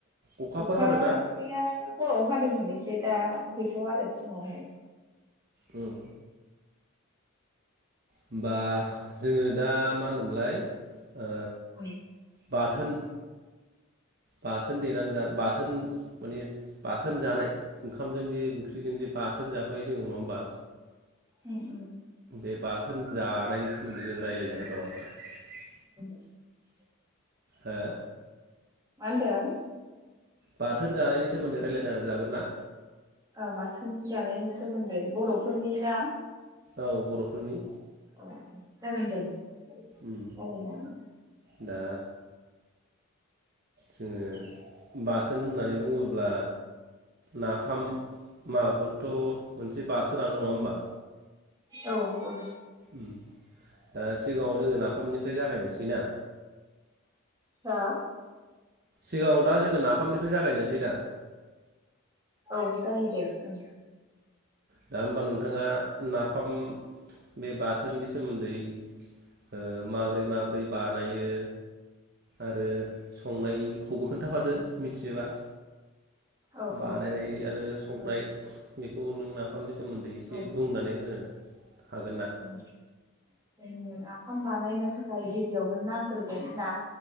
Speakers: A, on the right (about 45°); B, on the right (about 15°).
A: अखाफोर
B: अखानिया
A: हादोंना
B: हराव हादोंमोन। एसै दा गैथ'आ आरो फुङावहाय
A: उम होमबा जोङो दा मा होनदोंमोनलाय ओ
B: <unintelligible>
A: बाथोन बाथोन देनानै जा बाथोन माने बाथोन जानाय ओंखामजों जे ओंख्रिजों जे बाथोन जाफायो जोङो नङा होमबा
B: उम
A: बे बाथोन जानायनि सोमोन्दै जों रायज्लायजागोन नामा नोंथां
B: <inaudible>
A: हो
B: मानदों।
A: बाथोन जानायनि सोमोनदै रायलाय जागोन ना
B: ओ बाथोन जानायनि सोमोन्दै बर'फोरनि ना
A: औ बर'फोरनि
B: औ जागोन दे रायलाय
A: उम
B: जागोन।
A: दा जोङो बाथोन होननानै बुङोब्ला नाफाम माबोथ' मोनसे बाथ थोनानो नङा होमबा?
B: औ औ
A: ओ सिगाङाव जोङो नाफामनिफ्राय जागायनोसै ना?
B: मा?
A: सिगाङाव दा जोङो नाफामनिफ्राय जागायनोसै दा
B: औ जायो दे ओं।
A: औ दा होमबा नोंथाङा नाफाम बे बाथोननि सोमोन्दै ओ माबोरै माबोरै बानायो आरो संनायखौबो खोन्थाफादो मिथियोबा।
B: औ
A: बानायनायनाय आरो
B: ओ
A: संनाय बेखौ नों नाफामनि सोमोन्दै एसे
B: औ
A: बुंनानै हो। हागोनना?
B: ओं जोंनो नाफाम बानायनो थाखाय गिबियावनो नांग्रोगोन ना